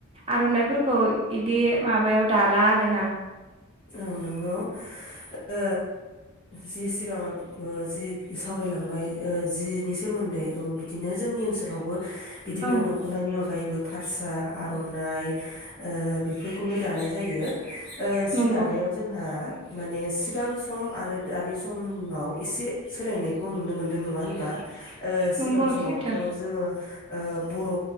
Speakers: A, on the right (about 25°); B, on the left (about 25°).
A: आरनाइफोरखौ इदि माबायाव दाला आरोना
B: औ नंगौ ओ जि सिगाङाव जि सावरायलांबाय जिनि सोमोन्दै औ बिदिनो जोंनि ओनसोलावबो बिदिनो
A: औ
B: दखनानि अनगायै बो फारसा आर'नाइ बेफोरखौनो दानाय जायो। ओ जि
A: नंगौ
B: दानायाव जोंहा माने सिगां सम आरो दानि समाव एसे सोलायनायखौ नुनो मोनदों नङा होनबा? ओ सिगां
A: नंगौ
B: समावथ'
A: सैथो
B: जोंङो ओ बर'